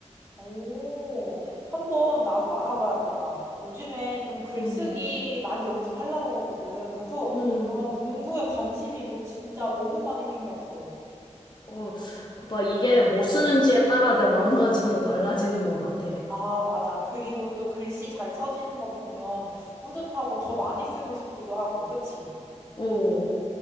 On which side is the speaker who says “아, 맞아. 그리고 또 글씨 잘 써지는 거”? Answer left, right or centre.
Right